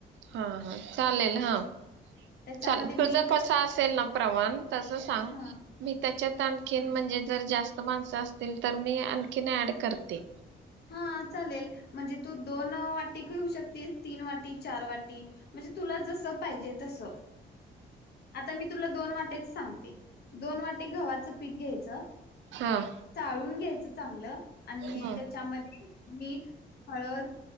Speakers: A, on the right; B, on the left.
A: हा हा चालेल हा
B: त्याच्यामध्ये
A: चाल
B: मीठ
A: तुझा कस असेल ना प्रमाण तस सांग
B: हा
A: मी त्याच्या आणखीन म्हणजे जर जास्त माणसं असतील तर मी आणखीन ऍड करते.
B: हा चालेले म्हणजे तू दोन वाटी घेऊ शकतिस तीन वाटी चार वा टी म्हणजे तुला जसं पाहिजे तसं आता मी तुला दोन वाट्याच सांगते, दोन वाटे गव्हाचं पीठ घ्यायचं.
A: हा
B: चाळून घ्यायचं चांगलं आणि
A: हम्म.
B: त्याच्यामध्ये मीठ हळद